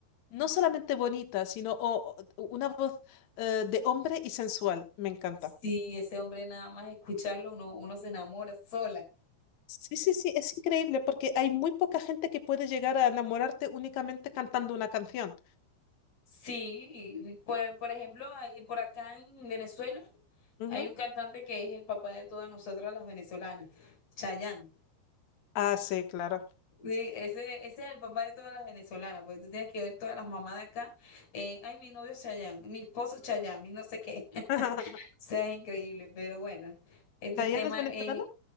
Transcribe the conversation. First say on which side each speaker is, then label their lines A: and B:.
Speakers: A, on the left; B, on the left.
A: no solamente bonita, sino o- o- una voz eh, de hombre y sensual. Me encanta.
B: Sí, ese hombre nada más escucharlo, uno, uno se enamora sola.
A: Sí, sí, sí, es increíble porque hay muy poca gente que puede llegar a enamorarte únicamente cantando una canción.
B: Sí, y por, por ejemplo, ahí- por acá en Venezuela
A: Ujú.
B: hay un cantante que es el papá de todas nosotras las venezolanas, Chayanne.
A: Ah, sí, claro.
B: Sí, ese, ese es el papá de todas las venezolanas, porque tú tienes que ver todas las mamás de acá. eh, ay, mi novio Chayán, mi esposo Chayán, mi no sé qué. <laughs>
A: <laughs>
B: O sea, es increíble, pero bueno, este
A: ¿Diana
B: tema
A: es venezolana?
B: es...